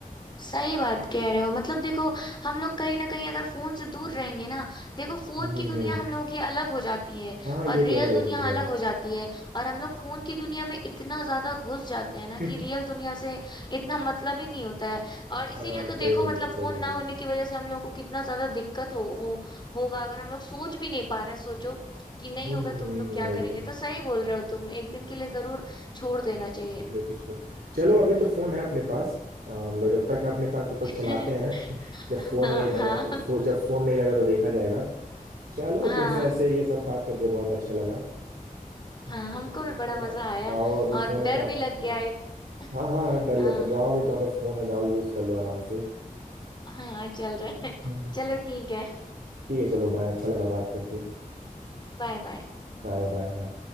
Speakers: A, on the left; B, on the right.
A: सही बात कह रहे हो मतलब देखो हम लोग कहीं ना कहीं अगर फोन से दूर रहेंगे ना देखो फोन
B: हम्म हम्म
A: की दुनिया
B: हम्म।
A: हम लोगों की अलग हो जाती है
B: हाँ ये
A: और रियल
B: तो है
A: दुनिया
B: ये तो है
A: अलग हो जाती है और हम लोग फोन की दुनिया में इतना ज्यादा घुस जाते हैं ना
B: <laughs>
A: कि रियल दुनिया से इतना मतलब ही नहीं होता है और इसीलिए
B: हाँ
A: तो
B: सही
A: देखो
B: बोलिए
A: मतलब
B: सही
A: फोन
B: बोलिए
A: ना होने की वजह से हम लोग को कितना ज्यादा दिक्कत हो, हो होगा अगर हम लोग सोच भी नहीं पा रहे हैं, सोचो कि नहीं
B: हम्म
A: होगा
B: हम्म,
A: तुम लोग क्या
B: वही
A: करेंगे
B: तो
A: तो सही बोल रहे हो तुम एक दिन के लिए जरूर छोड़
B: हाँ,
A: देना चाहिए
B: निकले तो छोड़ चलो अभी तो फोन है अपने पास अ, मतलब जब तक है अपने पास तब तक
A: <laughs>
B: चलाते हैं <laughs> जब फोन
A: हाँ
B: नहीं रहेगा
A: हाँ
B: तो फो, जब फोन नहीं रहेगा तो देखा जाएगा चलो
A: हाँ
B: तुमसे ऐसे ये सब बात करके बहुत अच्छा लगा
A: हाँ
B: हम्म,
A: हमको
B: अभी तो
A: भी बड़ा
B: फोन
A: मजा
B: है तो
A: आया
B: जाओ अभी फोन
A: और डर
B: है तो आप
A: भी
B: आप
A: लग
B: जाओ
A: गया एक <laughs>
B: हाँ हाँ हाँ डर
A: हाँ
B: लग तो जाओ अभी तो आप बस फोन है जाओ यूज कर लो आराम से
A: हाँ चल रहा
B: हम्म,
A: है <laughs> चलो ठीक है
B: ठीक है चलो भाई अच्छा लगा बात करके
A: Bye bye
B: Bye bye bye